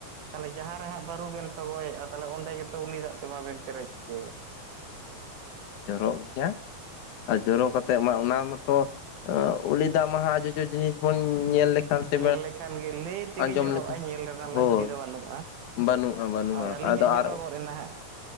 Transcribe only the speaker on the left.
ᱡᱚᱨᱚᱜ ᱜᱮᱭᱟ ᱟᱨ ᱡᱚᱨᱚ ᱠᱟᱛᱮᱜ ᱢᱟ ᱚᱱᱟ ᱢᱟᱛᱚ ᱩᱞᱤ ᱫᱟᱜ ᱢᱟᱛᱚ ᱡᱚᱡᱚ ᱡᱤᱱᱤᱥ ᱵᱚᱱ ᱧᱮᱞ ᱞᱮᱠᱷᱟᱱ ᱥᱮ
ᱟᱸᱡᱚᱢ
ᱞᱮᱠᱷᱟᱱ
ᱦᱳᱭ
ᱵᱟᱹᱱᱩᱜᱼᱟ ᱵᱟᱹᱱᱩᱜᱼᱟ
ᱟᱫᱚ ᱟᱨ